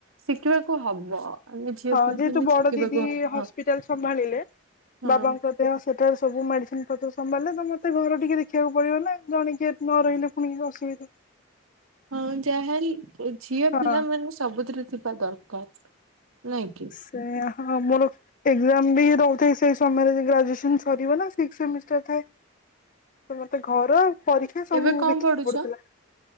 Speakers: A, on the right; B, on the left.
A: ଶିଖିବାକୁ ହବ। ଆମେ ଝିଅ
B: ହଁ
A: ପିଲା
B: ଯେହେତୁ
A: ମାନେ
B: ବଡ
A: ଶିଖିବାକୁ
B: ଦିଦି
A: ହବ
B: ହସ୍ପିଟାଲ ସମ୍ଭାଳିଲେ
A: ହଁ
B: ବାବାଙ୍କ ଦେହ ସେଠାରେ ସବୁ ମେଡ଼ିସିନ ପତ୍ର ସମ୍ଭାଳିଲେ ତ ମୋତେ ଘର ଟିକେ ଦେଖିବାକୁ ପଡ଼ିବ ନା ଜଣେ କିଏ ନ ରହିଲେ ପୁଣି ଅସୁବିଧା
A: ହଁ ଯାହା ହେଲେ ଝିଅ
B: ହଁ
A: ପିଲା ମାନ ସବୁଥିରେ ଥିବା ଦରକାର ନାଇଁ କି।
B: ସେ ହଁ ମୁର ଏକଜାମ ମ ବି ରହୁ ଥାଏ ସେଇ ସମୟରେ ଗ୍ରାଜୁଏସ ସରିବ ନା ସିକ୍ସ ସେମିଷ୍ଟାର ଥାଏ। ତ ମତେ ଘର ପରୀକ୍ଷା ସବୁ
A: ଏବେ କଣ
B: ଦେଖିବାକୁ
A: ପଢୁଛ
B: ପଡୁଥିଲା।